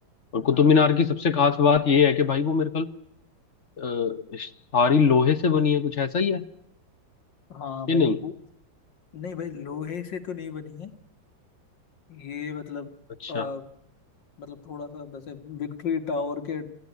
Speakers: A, on the left; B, on the left.
A: हाँ
B: और कुतुब मीनार की सबसे खास बात ये है कि भाई वो मेरे ख्याल अ, सारी लोहे से बनी है कुछ ऐसा ही है
A: हाँ भाई
B: कि नहीं
A: वो पु- नहीं भाई लोहे से तो नहीं बनी है ये मतलब
B: अच्छा
A: अ, मतलब थोड़ा सा वैसे विक्ट्री टावर के अ,